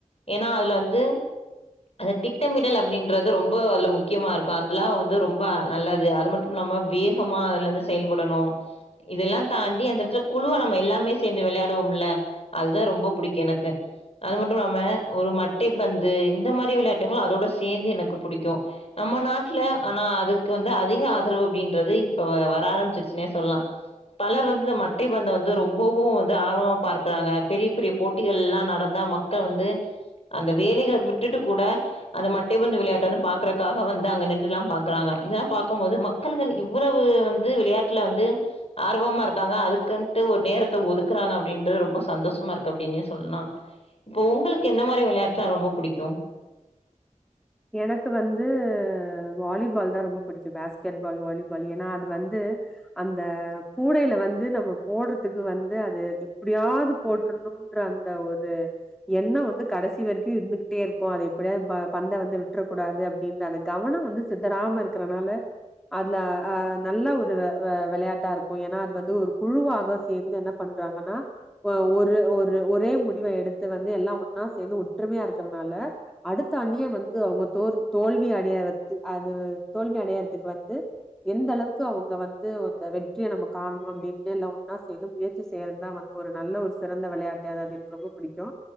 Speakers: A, on the left (about 50°); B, in the centre.
A: ஏனா அதுல வந்து அந்த திட்டமிடல் அப்டின்றது ரொம்போ அதுல முக்கியமா இருக்கு அந்தெல்லா வந்து ரொம்ப நல்லது அது மட்டு இல்ல மா வேகமா அதுலருந்து செயல்படணு இதெல்லா தாண்டி அந்தெடத்துல குழுவ நம்ம எல்லாமே சேந்து வெளை யாடுவமில்ல அது தா ரொம்போ புடிக்கு எனக்கு அது மட்டுமில்லாம ஒரு மட்டை பந்து இந்த மாரி விளையாட்டுங்களு அதோட சேந்து எனக் புடிக்கு நம்ம நாட்ல ஆனா அதுக்கு வந்து அதிக ஆதரவு அப்டின்றது இப்ப வ வர ஆரம்பிச்சிருச்சு னே சொல்லா பலர் வந்து இந்த மட்டை பந்த வந்து ரொம்பவு வந்து ஆர்வமா பார்க்கிறாங்க பெரிய பெரிய போட்டிகள்ல்லா நடந்தா மக்கள் வந்து அந்த வேலைகள விட்டுட்டு கூட அந்த மட்டை பந்து விளையாட்ட வந்து பாக்குறக்காக வந்து அங்க நின்றுல்லா பாக்குறாங்க இதல்லா பாக்கும்போது மக்களுகள் இவ்வளவு வந்து விளையாட்டுல வந்து ஆர்வமா இருக்காங்க அதுக்கின் த்து ஒரு நேரத்த ஒதுக்குறாங்க அப்டின்றது ரொம்ப சந்தோஷமா இருக் கு அப்டின்னே சொல்லா இப்ப உங்களுக்கு எந்த மாரி வெளையாட்ல்லா ரொம்ப புடிக்கு
B: எனக்கு வந்து வாலிபால் தா ரொம்ப புடிக்கு பேஸ்கெட் பால் வாலிபால் ஏனா அது வந்து அந்த கூடைல வந்து நம்ம போட்றதுக்கு வந்து அது எப்டியாவ்து போட்ற ணு அந்த ஒரு எண்ண வந்து கடசி வரைக்கு இருந்துகிட்டேருக்கு அது எப்டியாத் ப பந்த வந் து விட்றக்கூடாது அப்டின் அந்த கவன வந்து சித்தராம இருக்கறனால அதுல அ நல்ல ஒரு வெ வெளையாட்டாருக்கு ஏனா அது வந்து ஒரு குழுவாக சேர்ந்து என்ன பண் றாங்கன்னா ஒரு ஒரு ஒரே முடிவ எடுத்து வந்து எல்லா ஒன்னா சேந்து ஒற்றுமையா இருக்கறனால அடுத் தன்னிய வந்து அவுங்க தோர் தோல்வி அடையறத்து அது தோல்வி அடையறதுக்கு வந்து எந்தளவுக்கு அவுங்க வந்து அந்த வெற்றிய நம்ம காண்ணு அப்டின்னு எல்லா ஒன்னா சேந்து முயற்சி செய்யறத்தா வந் ஒரு நல்ல ஒரு சிறந்த விளையாட்டு அதாவ்து எனக் ரொம்ப புடிக்கு